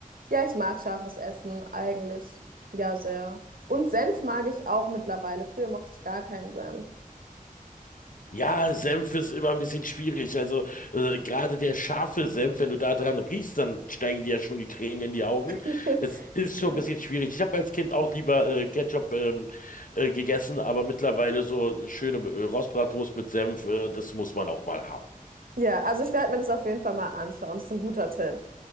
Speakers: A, on the right; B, on the left.
A: Ja, ich mag scharfes Essen eigentlich ja sehr. Und Senf mag ich auch mittlerweile. Früher mochte ich gar keinen Senf.
B: Ja, Senf ist immer ein bisschen schwierig. Also äh, gerade der scharfe Senf, wenn du da dran riechst, dann steigen dir ja schon die Tränen in die Augen.
A: <laughs>
B: Es ist
A: Ja.
B: schon ein bisschen schwierig. Ich habe als Kind auch lieber äh, Ketchup ähm, äh, gegessen, aber mittlerweile so schöne äh, Rostbratwurst mit Senf, äh, das muss man auch mal haben.
A: Ja, also ich werde mir das auf jeden Fall mal anschauen. Das ist ein guter Tipp.